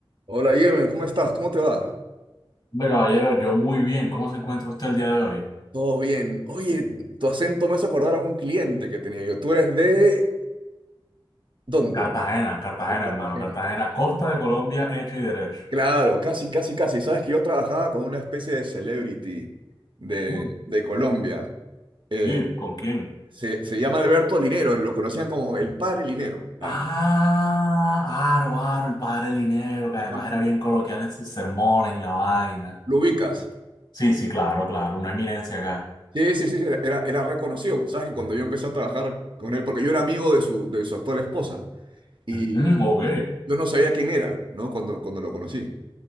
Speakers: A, on the right; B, on the left.
A: Hola, Yeme, ¿cómo estás? ¿Cómo te va?
B: Hombre, caballero, yo muy bien. ¿Cómo se encuentra usted el día de hoy?
A: Todo bien. Oye, tu acento me hace acordar a un cliente que tenía yo. ¿Tú eres de dónde?
B: Cartagena, Cartagena,
A: De Cartagena.
B: hermano. Cartagena,
A: Ah,
B: costa de Colombia, hecho y derecho.
A: Claro, casi, casi, casi. Sabes que yo trabajaba con una especie de celebrity de,
B: Mm,
A: de Colombia. Eh,
B: sí, ¿con quién?
A: se, se llama Alberto Linero, lo conocían como el padre Linero. Ah,
B: Ah, Aro, Aro, el padre Linero, que
A: ¿Lo,
B: además
A: con-
B: era bien coloquial en sus sermones y la vaina.
A: lo ubicas?
B: Sí, sí, claro, claro, una eminencia acá.
A: Sí, sí, sí, era, era era reconocido. Sabes que cuando yo empecé a trabajar con él, porque yo era amigo de su, de su actual esposa. Y
B: Mm, mm, ok.
A: yo yo no sabía quién era, ¿no? Cuando, cuando lo conocí.